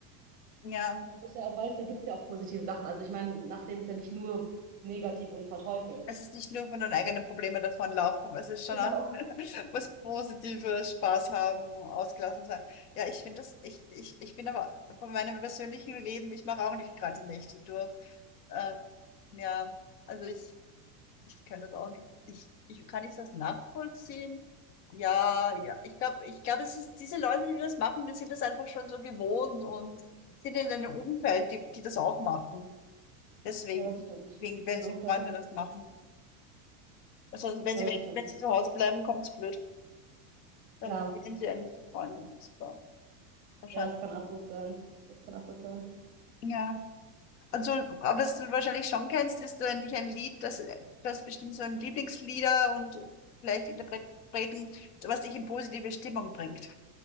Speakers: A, on the left; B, on the right.
A: Ja,
B: Wobei ich ja auch weiß, da gibt es ja auch positive Sachen. Also ich meine, Nachleben ist ja nicht nur negativ und verteufelt.
A: es ist nicht nur von den eigenen Problemen davonlaufen, es ist schon
B: Genau.
A: auch was Positives, Spaß haben, ausgelassen sein. Ja, ich finde das, ich, ich, ich bin aber von meinem persönlichen Leben, ich mache auch nicht gerade die Nächte durch. Ähm, ja, also ich Ich kann das auch nicht. Ich, ich kann ich das nachvollziehen. Ja, ja. Ich glaube, ich glaube, es ist diese Leute, die das machen, die sind das einfach schon so gewohnt und sind in einem Umfeld, die, die das auch machen. Deswegen,
B: Ja, das stimmt.
A: wegen, wenn
B: Also
A: sie
B: Umfeld
A: Freunde
B: hat er
A: das
B: viel
A: machen.
B: zu tun mit.
A: Also wenn
B: Ja,
A: sie,
B: das stimmt.
A: wenn sie zu Hause bleiben, kommt es blöd. Dann
B: Ja,
A: kennen sie eigentlich die Freunde. Das war wahrscheinlich.
B: ja, das kann auch gut sein. Das kann auch gut sein.
A: Ja. Also, aber was du wahrscheinlich schon kennst, ist eigentlich ein Lied, das, das bestimmt so ein Lieblingslieder und vielleicht Interpreten, was dich in positive Stimmung bringt.